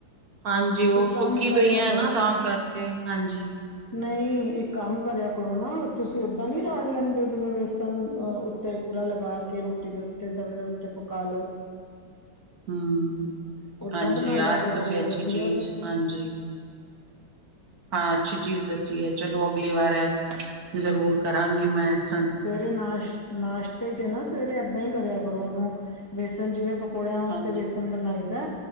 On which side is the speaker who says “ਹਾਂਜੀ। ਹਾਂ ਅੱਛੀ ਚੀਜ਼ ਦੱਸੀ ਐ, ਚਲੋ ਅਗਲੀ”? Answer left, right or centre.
Right